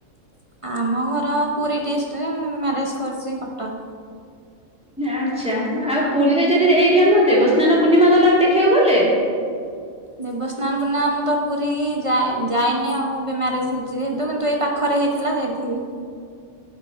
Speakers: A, on the right; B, in the centre.
A: ଆମ ଘର ପୁରୀ ଡିଷ୍ଟରେ ମୁଁ ମ୍ୟାରେଜ କରିଛି କଟକ।
B: ଆଛା ଆଉ ପୁରୀରେ ଯଦି ଏଇ ଆମ ଦେବସ୍ନାନ ପୂର୍ଣ୍ଣିମା ଗଲା ଦେଖିଆକୁ ଗଲେ।
A: ଦେବସ୍ନାନ ପୂର୍ଣ୍ଣମା ମୁଁ ତ ପୁରୀ ହି ଯାଇ ଯାଇନି ଆଉ ଏବେ ମ୍ୟାରେଜ ହେଇଛି ଯେହେତୁ କିନ୍ତୁ ଏଇ ପାଖ ଖରେ ହେଇଥିଲା ଯାଇଥିଲି।